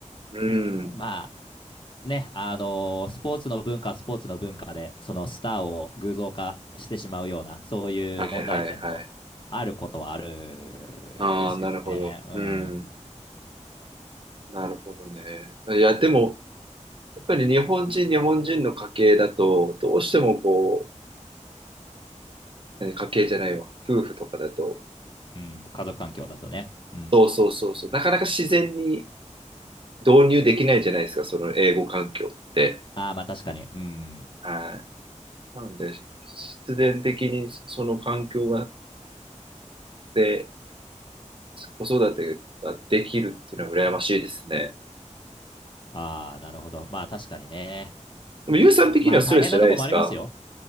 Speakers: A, on the right; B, on the left.
A: うん、
B: あーまあ、ね、あのースポーツの文化、スポーツの文化で、そのスターを偶像化してしまうような、そういう問題点もあることはあるですけどね。
A: はいはいはい。ああ、なるほど。
B: うん。
A: うん、なるほどね。いや、でも、やっぱり日本人、日本人の家系だと、どうしてもこう、え家計じゃないわ。夫婦とかだと。
B: うん、家族環境だとね。うん。
A: そうそうそうそう。なかなか自然に導入できないじゃないですか、その英語環境って。
B: ああ、まあ確かに。うん。
A: はい。なんで、必然的にその環境が、で、子育てができるっていうのは羨ましいですね。
B: ああ、なるほど。まあ確かにね。
A: でも、ゆうさん的にはストレスじゃないですか
B: まあ大変なとこもありますよ。